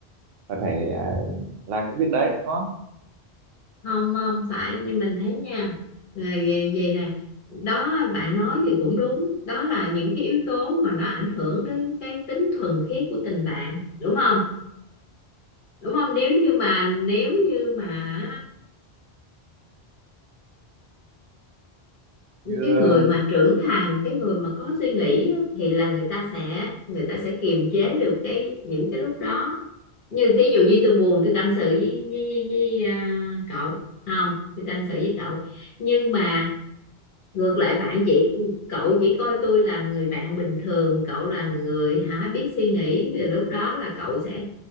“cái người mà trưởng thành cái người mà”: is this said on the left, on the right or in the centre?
Left